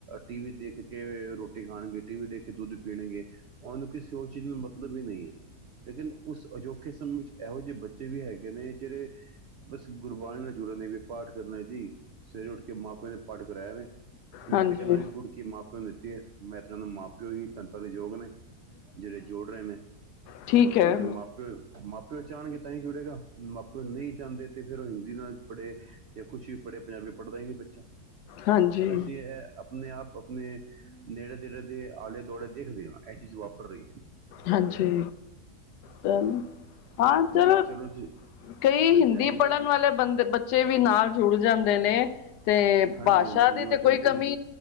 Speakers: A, on the right; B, on the left.
A: ਟੀ ਵੀ ਦੇਖ ਕੇ ਰੋਟੀ ਖਾਣਗੇ ਟੀ ਵੀ ਦੇਖ ਕੇ ਦੁੱਧ ਪੀਣਗੇ ਉਹਨ ਨੂੰ ਕਿਸੇ ਹੋ ਚੀਜ਼ ਮਤਲਬ ਹੀ ਨਹੀਂ ਹੈ ਲੇਕਿਨ ਉਸ ਅਜੋਖੇ ਸਮੇਂ ਵਿੱਚ ਇਹੋ ਜਿਹੇ ਬੱਚੇ ਵੀ ਹੈਗੇ ਨੇ ਜਿਹੜੇ ਬਸ ਗੁਰਬਾਣੀ ਨਾਲ ਜੁੜੇ ਨੇ ਵੀ ਪਾਠ ਕਰਨਾ ਜੀ ਸਵੇਰੇ ਉੱਠ ਕੇ ਮਾਂ ਪਿਓ ਦੇ ਪਾਠ ਕਰਾਇਆ ਵਵੇ ਤੇ ਮੈਂ
B: ਹਾਂਜੀ
A: ਤੇ ਕਹਿੰਦਾ ਵੀ ਗੁੜੀ ਮਾਪਿਓ ਨੂੰ ਦਿੱਤਾ ਮੈਂ ਤਾਂਹੂੰ ਮਾਂ ਪਿਓ ਹੀ ਤਤਾਾਂ ਦੇ ਯੋਗ ਨੇ ਜਿਹੜੇ ਜੋੜ ਰਹੇ ਨੇ
B: ਠੀਕ ਹੈ
A: ਇਹਦੇ ਮਾਪੇ ਮਾ ਪਿਓ ਚਚਣਗੇ ਤਾਂ ਦੇਖ ਨਹੀਂ ਚਾਹੁੰਦੇ ਤੇ ਫਿਰ ਉਹ ਹਿੰਦੀ ਦਾ ਬੜੇ ਜਾਂ ਕੁਛ ਬੜੇ ਪੰਜਾਬੀ ਪੜ੍ਹਦਾ ਹੀ ਨਹੀਂ ਬੱਚਾ
B: ਹਾਂਜੀ
A: ਅਸੀ ਹੈ ਆਪਣੇ ਆਪ ਆਪਣੇ ਨੇੜੇ ਨੇੜੇ ਦੇ ਆਲੇ ਦੁਆਲੇ ਦੇਖਦੇ ਹਾਂ ਇਹ ਚੀਜ਼ ਵਾਪਰ ਰਹੀ ਹੈ
B: ਹਾਂਜੀ ਜਮ ਹਾਂ
A: ਹੈ
B: ਚਲ
A: ਜੀ ਚਲੋ ਜੀ
B: ਕਈ
A: ਹਾਂਜੀ
B: ਹਿੰਦੀ
A: ਹਾਂਜੀ
B: ਪੜ੍ਹਨ ਵਾਲੇ ਬੰਦੇ ਬੱਚੇ ਵੀ ਨਾਲ ਜੁੜ ਜਾਂਦੇ ਨੇ ਤੇ
A: ਹਾਂਜੀ
B: ਭਾਸ਼ਾ
A: ਹਾਂਜੀ
B: ਦੀ
A: ਜੁੜ
B: ਤੇ ਕੋਈ
A: ਜੁੜਦੇ
B: ਕਮੀ
A: ਨੇ